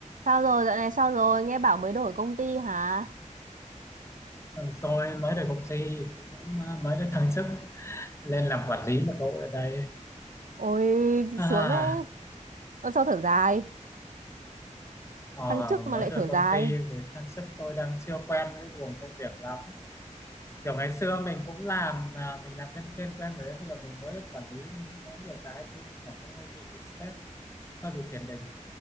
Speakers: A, on the right; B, on the left.
A: Sao rồi, dạo này sao rồi? Nghe bảo mới đổi công ty hả?
B: Ừ, Tôi mới được công ty cũng à, mới được thăng chức lên làm quản lý một đội ở đây
A: Ôi,
B: à
A: sướng đấy. Ôi, sao thở dài?
B: ờ,
A: Thăng chức mà
B: mới
A: lại
B: được
A: thở
B: công
A: dài.
B: ty thì thăng chức tôi đang chưa quen với guồng công việc lắm kiểu ngày xưa mình cũng làm mà mình làm nhân viên quen rồi đấy, bây giờ mình mới quản lý nên nó có nhiều cái tôi cảm thấy hơi bị stress hơi bị tiền đình